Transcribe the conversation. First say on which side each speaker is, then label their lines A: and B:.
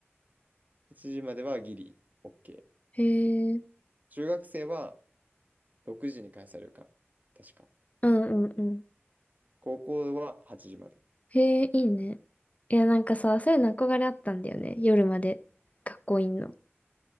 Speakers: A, on the right; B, on the left.
A: 8時まではギリ、OK。
B: へえ、
A: 中学生は6時に返されるから確か。
B: うんうんうん。
A: 高校は8時まで。
B: へえ、いいね。いや、なんかさ、そういうの憧れあったんだよね。夜まで学校いんの。